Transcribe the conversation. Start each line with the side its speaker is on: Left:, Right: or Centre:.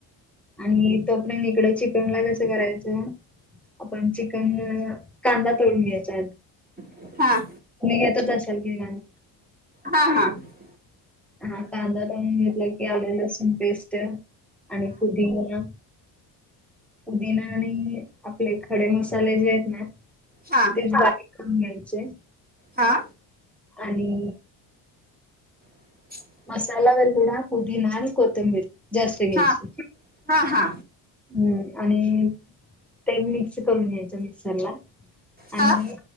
Centre: आणि तोपर्यंत ईकडं चिकणला कसं करायचं? आपण चिकन कांदा तळून घ्यायच.
Right: हा हा हा
Centre: घेतच असेल की <unintelligible>
Right: हा हा
Centre: हा कांदा तळून घेतला की आले लसूण पेस्ट आणि पुदिना. पुदिना आणि, आपले खडे मसाले जे आहेत ना.
Right: हा
Centre: तेच बारीक करून घ्यायचे.
Right: हा.
Centre: आणि
Right: <inaudible>
Centre: आलं कडोदा पुदीना आणि कोथिंबीर जास्त घ्यायची.
Right: हा हा हा
Centre: हम्म आणि ते मिक्स करून घ्याय मिक्सरला आणि
Right: हा